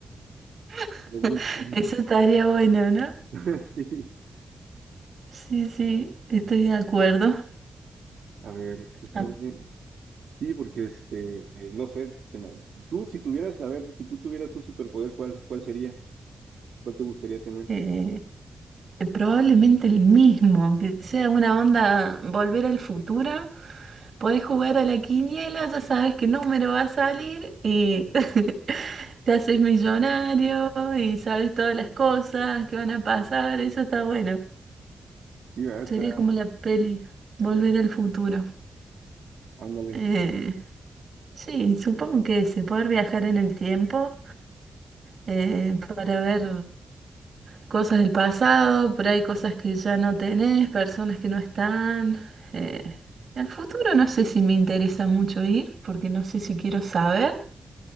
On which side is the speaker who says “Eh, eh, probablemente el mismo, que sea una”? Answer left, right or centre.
Right